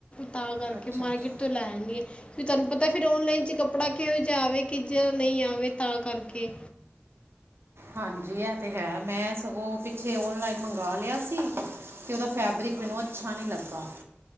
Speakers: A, on the left (about 25°); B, on the right (about 75°).
A: ਤਾਂ ਕਰਕੇ
B: ਅੱਛਾ ਅੱਛਾ
A: ਮਾਰਕੀਟ ਤੋਂ ਲੈ ਆਣੀ ਆਂ। ਤੁਹਾਨੂੰ ਪਤਾ ਫਿਰ ਓਨਲਾਈਨ 'ਚ ਕੱਪੜਾ ਕਿਹੋ ਜਿਹਾ ਆਵੇ ਕਿ ਜਾਂ ਨਹੀਂ ਆਵੇ ਤਾਂ ਕਰਕੇ।
B: ਹਾਂਜੀ ਏ ਤਾਂ ਹੈ, ਮੈਂ ਸਗੋਂ ਪਿੱਛੇ ਔਨਲਾਈਨ ਮੰਗਾ ਲਿਆ ਸੀ। ਤੇ ਉਹਦਾ ਫੈਬਰਿਕ ਮੈਨੂੰ ਅੱਛਾ ਨਈ ਲੱਗਾ।